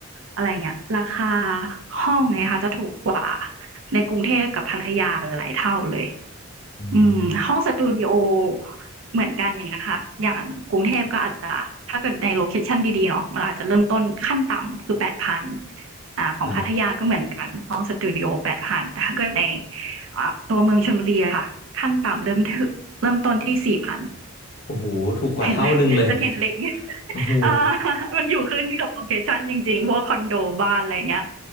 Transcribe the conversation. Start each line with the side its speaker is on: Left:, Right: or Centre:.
Right: อะไรเงี้ยราคาห้องเนี่ยค่ะจะถูกกว่าในกรุงเทพกับพัทยาหลายเท่าเลย
Left: อืม
Right: อืมห้องสตูดิโอเหมือนกันอย่างเงี้ยค่ะอย่างกรุงเทพก็อาจจะถ้าเกิดในโลเคชันดีๆเนาะมันอาจจะเริ่มต้นขั้นต่ำคือแปดพันอ่าของพัทยาก็เหมือนกันห้องสตูดิโอแปดพันแต่ถ้าเกิดใน
Left: ครับ
Right: อ่าตัวเมืองชลบุรีอะค่ะขั้นต่ำเริ่มที่เริ่มต้นที่สี่พัน
Left: โอ้โหถูกกว่าเท่าหนึ่งเลย
Right: เห็นจะเห็นเล็ก <laughs>
Left: โอ้โห
Right: อ่ามันอยู่ขึ้นกับโลเคชันจริงๆพวกคอนโดบ้านอะไรอย่างเงี้ย